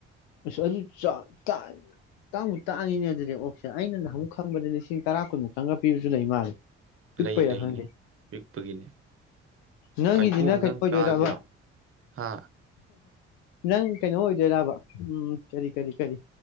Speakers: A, on the left (about 65°); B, on the right (about 35°).
A: ꯑꯁ ꯑꯗꯨꯏ ꯆꯥꯡ ꯇꯥꯏ ꯇꯥꯡꯕꯨ ꯇꯥꯛꯉꯤꯅꯦ ꯑꯗꯨꯗꯤ ꯑꯣꯛ꯫ ꯁ‌ꯦ ꯑꯩꯅ ꯅꯍꯟ ꯃꯨꯛ ꯈꯪꯕꯦꯗꯤ꯫ ꯂꯤꯁꯤꯡ ꯇꯔꯥ ꯀꯨꯟꯃꯨꯛꯇꯪꯒ ꯄꯤꯕꯁꯨ ꯂꯩ ꯃꯥꯜꯂꯤ꯫ ꯄꯤꯛꯄꯩꯔ
B: ꯂꯩ ꯂꯩ
A: ꯈꯪꯗꯦ
B: ꯂꯩ ꯄꯤꯛꯄꯒꯤꯅꯦ
A: ꯅꯪꯒꯤꯗꯤꯅ
B: ꯄꯥꯏꯊꯣꯛ ꯑꯝꯇꯪ
A: ꯀꯩ ꯑꯣꯏꯗꫭꯏꯔꯕ꯫
B: ꯆꯥꯁꯤꯔꯣ ꯍꯥ
A: ꯅꯪ ꯀꯩꯅꯣ ꯑꯣꯏꯗꯣꯏꯔꯕ ꯎꯝ ꯀꯔꯤ ꯀꯔꯤ ꯀꯔꯤ